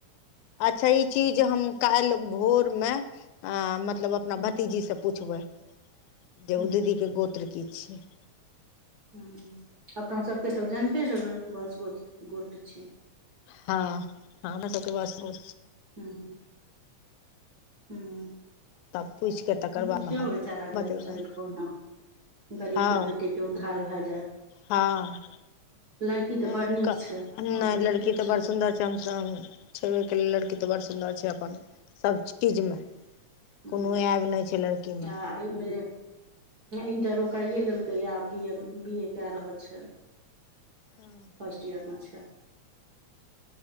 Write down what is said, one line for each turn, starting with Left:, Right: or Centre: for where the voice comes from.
Left: अच्छा ई चीज हम काल्हि भोर मे अ मतलब अपना
Right: हूँ
Left: भतीजी सँ पूछबै जे
Right: हूँ
Left: ओ दीदी के गोत्र की छियै
Right: हूंम्म अपना सबके तऽ जानिते हेबै बत्स गोत्र गोत्र छियै
Left: हँ हँ त <unintelligible> सबके बस ब
Right: हूंम्म हूंम्म
Left: तब पूछि कऽ तकर
Right: देखियौ
Left: बादमे हम
Right: बेचारा
Left: बतेबै
Right: गरीब शरीब कहुना गरीबके
Left: हँ
Right: बेटीके उद्धार भए जाय
Left: हँ
Right: लड़की तऽ
Left: नहि
Right: बड़
Left: हुनका
Right: नीक छै अहाँ
Left: नहि
Right: तऽ देखले
Left: लड़की
Right: छियै
Left: तऽ बड़ सुन्दर चमसम छेबेके लेल लड़की तऽ बड़ सुन्दर छै अपन सब चीजमे
Right: हूँ
Left: कोनो एब नहि छै लड़कीमे
Right: आ इमे इंटरो ओ काइए लेलकैए आब बी ए बी ए कए रहल छै
Left: हँ
Right: फर्स्ट ईयर मे छै